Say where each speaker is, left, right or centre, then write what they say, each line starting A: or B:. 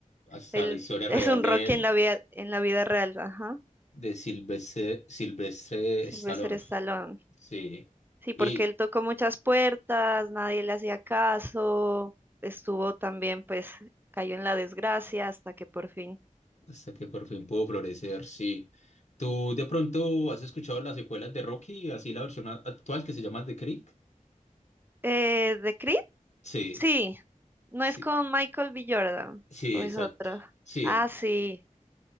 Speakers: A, on the left (about 60°); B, on the right (about 15°).
A: hasta
B: Él
A: la historia
B: es
A: real
B: un
A: de
B: Rocky
A: él,
B: en la vida, en la vida real, ajá.
A: de Silvestre, Silvestre
B: Sylvester
A: Stallone.
B: Stallone.
A: Sí.
B: Sí,
A: Y
B: porque él tocó muchas puertas, nadie le hacía caso, estuvo también, pues, cayó en la desgracia hasta que por fin.
A: hasta que por fin pudo florecer, sí. ¿Tú de pronto has escuchado las secuelas de Rocky, así la versión a- actual que se llama The Creek?
B: Eh, ¿de Creed?
A: Sí,
B: Sí, no
A: sí,
B: es con Michael B. Jordan,
A: sí,
B: o
A: exacto.
B: es otro.
A: Sí,
B: Ah, sí,